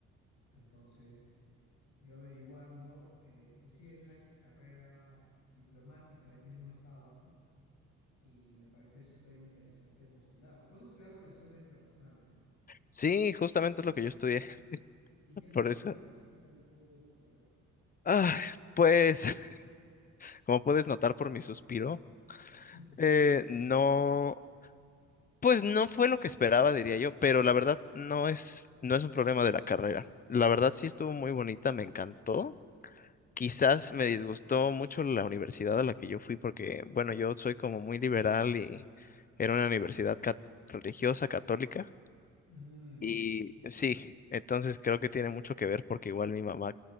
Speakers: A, on the left (about 70°); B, on the left (about 30°).
A: entonces yo averiguando, eh, pues sí, hay una carrera diplomática del mismo estado, ¿no? Y me parece súper interesante postular. Tú has estudiado relaciones internacionales, ¿no?
B: Sí, justamente es lo que yo estudié, <laughs>
A: ¿Y, y qué tal?
B: por eso.
A: Cuéntame, ¿qué tal estuvo tu carrera?
B: Ah, pues, <laughs> como puedes notar por mi suspiro,
A: <laughs>
B: eh, no. Pues no fue lo que esperaba, diría yo, pero la verdad no es, no es un problema de la carrera. La verdad sí estuvo muy bonita, me encantó. Quizás
A: Ujú.
B: me disgustó mucho la universidad a la que yo fui porque, bueno, yo soy como muy liberal y era una universidad cat- religiosa, católica.
A: Mm.
B: Y sí, entonces creo que tiene mucho que ver porque igual mi mamá